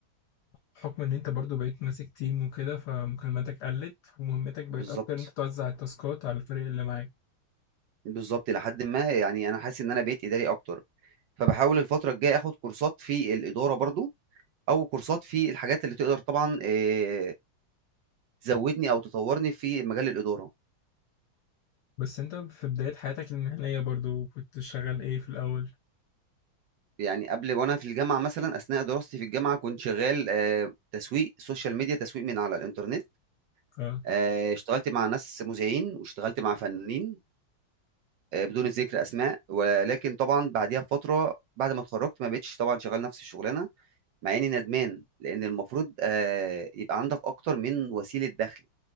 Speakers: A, on the left; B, on the right.
A: بحكم ان انت برضو بقيت ماسك تيم وكده فمكالماتك قلت ومهمتك بقت
B: بالظبط
A: اكتر ان انت توزع التاسكات على الفريق اللي معاك
B: بالظبط لحد ما يعني انا حاسس ان انا بقيت اداري اكتر فبحاول الفتره الجايه اخد كورسات في الاداره برضو او كورسات في الحاجات اللي تقدر طبعا آه، تزودني او تطورني في مجال الاداره
A: بس انت في بداية حياتك المهنية برضو كنت شغال ايه في الاول
B: يعني قبل وانا في الجامعه مثلا اثناء دراستي في الجامعه كنت شغال آه، تسويق سوشيال ميديا تسويق من على الانترنت
A: اه
B: آه، اشتغلت مع ناس مذيعين واشتغلت مع فنانين آه، بدون ذكر اسماء ولكن طبعا بعديها بفتره بعد ما اتخرجت ما بقتش طبعا شغال نفس الشغلانه مع اني ندمان لان المفروض آه، يبقى عندك اكتر من وسيله دخل